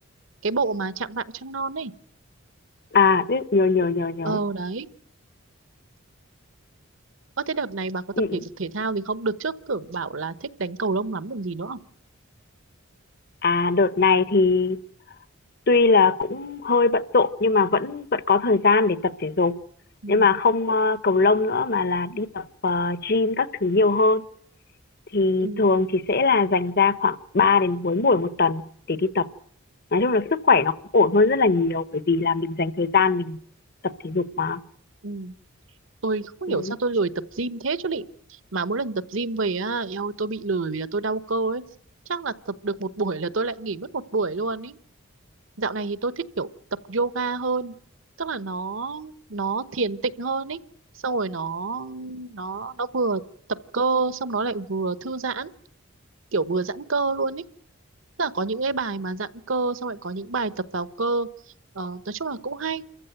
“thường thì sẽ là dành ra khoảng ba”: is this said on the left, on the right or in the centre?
Left